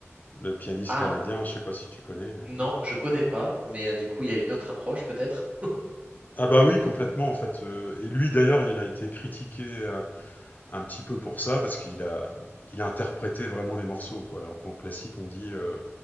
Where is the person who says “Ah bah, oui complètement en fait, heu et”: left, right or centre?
Left